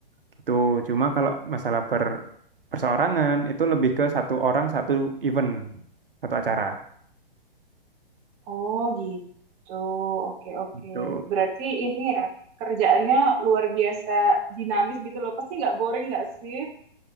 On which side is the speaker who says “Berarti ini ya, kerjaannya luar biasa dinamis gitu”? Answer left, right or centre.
Right